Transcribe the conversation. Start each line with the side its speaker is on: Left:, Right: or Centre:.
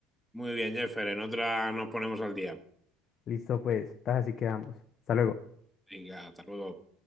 Centre: Muy bien, Jeffer. En otra nos ponemos al día.
Left: Listo, pues, entonces así quedamos. Hasta luego.
Centre: Venga, hasta luego.